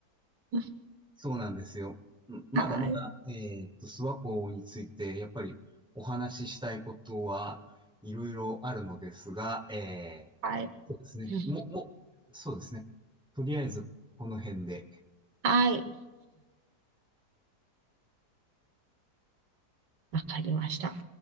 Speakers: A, on the right; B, in the centre.
A: <laughs>
B: そうなんですよ。うんまだまだ、
A: はい。
B: えーっと、諏訪湖について、やっぱりお話ししたいことはいろいろあるのですが、え
A: はい。
B: ー、そうですね。
A: うん
B: も、も、そうですね。とりあえず、この辺で。
A: はい。わかりました。